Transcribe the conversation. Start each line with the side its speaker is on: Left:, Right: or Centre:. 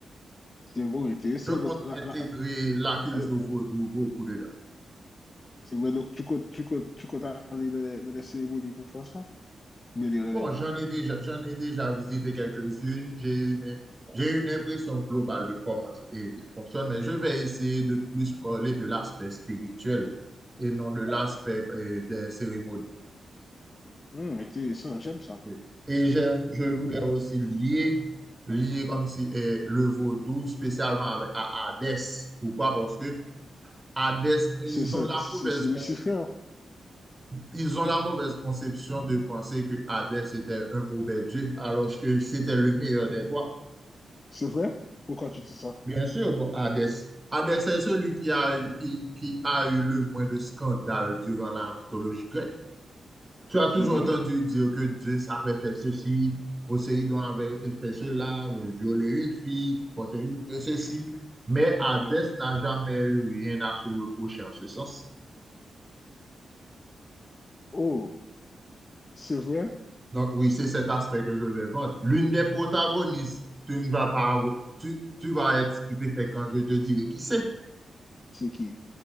Left: c'est bon, intéressant.
Right: Je compte
Left: Donc, la-
Right: intégrer
Left: la-
Right: la culture
Left: euh,
Right: vaudou beaucoup dedans.
Left: c'est vrai, donc tu comptes, tu comptes, tu comptes aller dans les, dans les cérémonies pour faire ça, mais lire dans
Right: Bon,
Left: les livres.
Right: j'en ai déjà, j'en ai déjà visité quelques-unes. J'ai une, j'ai une impression globale de comment et- il fonctionne, mais je vais essayer de plus parler de l'aspect spirituel et non de l'aspect euh, des cérémonies.
Left: Hum, intéressant, j'aime ça.
Right: Oui. Et je je
Left: Hum.
Right: voudrais aussi lier, lier comme si euh, le vaudou spécialement avec, à Hadès. Pourquoi? Parce que Hadès, ils
Left: C'est ça,
Right: ont la
Left: c'est
Right: mauvaise,
Left: c'est Lucifer.
Right: con- ils ont la mauvaise conception de penser que Hadès était un mauvais dieu, alors que c'était le meilleur des trois.
Left: C'est vrai? Pourquoi tu dis ça?
Right: Bien sûr, bon, Hadès, Hadès est celui qui a eu, qui, qui a eu le moins de scandales durant la mythologie grecque. Tu as toujours
Left: C'est vrai?
Right: entendu dire que Dieu savait faire ceci, Poséidon avait fait cela, violer une fille, Poséidon fait ceci, mais Hadès
Left: Mhm.
Right: n'a jamais eu rien à se reprocher en ce sens.
Left: Oh, c'est vrai?
Right: Donc, oui, c'est cet aspect que je vais vendre. L'une des protagonistes, tu ne vas pas avoir, tu, tu vas être stupéfait quand je te dirai qui c'est.
Left: C'est qui?